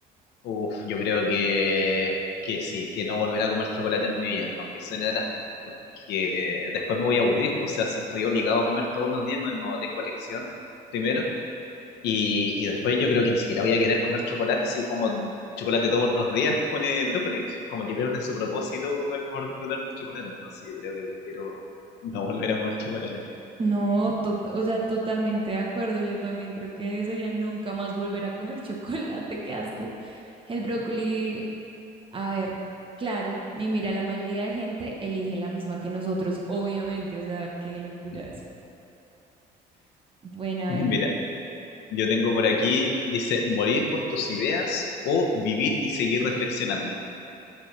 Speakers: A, on the left; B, on the right.
A: Uf, yo creo que, que sí, que no volveré a comer chocolate en mi vida, aunque suene drástico, porque después me voy a aburrir, o sea, si estoy obligado a comer todos los días, no, no tengo elección, primero. Y, y después yo creo que ni siquiera voy a querer comer chocolate si como chocolate todos los días con eh, brócoli. Como que pierde su propósito el poder disfrutar chocolate. Entonces yo creo que prefiero no volver a comer chocolate.
B: No, to- o sea, totalmente de acuerdo. Yo también creo que sería nunca más volver a comer chocolate, <laughs> qué asco. El brócoli A ver, claro, y mira, la mayoría de gente elige la misma que nosotros, obviamente, o sea, qué locura
A: <laughs>
B: eso. Bueno, a ver,
A: Mira, yo tengo por aquí, dice, morir por tus ideas o vivir y seguir reflexionando.